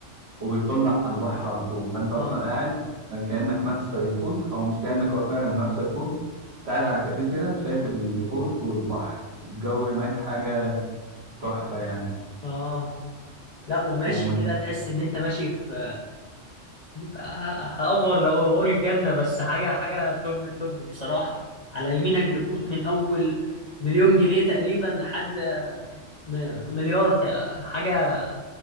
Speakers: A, on the right; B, on the left.
A: وبيطل على البحر على طول فانت اصلا
B: اه
A: قاعد كانك مرسى يخوت او مش كانك هو فعلا مرسى يخوت أنت قاعد على كافيه كده شايف اليخوت والبحر الجو هناك حاجه تحفه يعني
B: اه لا وماشي
A: ومن
B: كده تحس ان انت ماشي في ه- هأفور لو بقول الجنة بس حاجة حاجة توب التوب بصراحة على يمينك يخوت من اول مليون جنيه تقريبا لحد م- مليار تا- حاجة